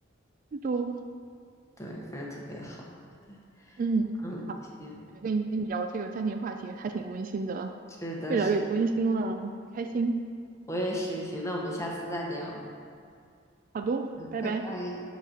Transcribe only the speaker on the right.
最多，
嗯，特别好，
哎跟你跟你聊这个家庭话题还挺温馨的啊，
越聊越温馨了，
很开心。
好的，拜拜。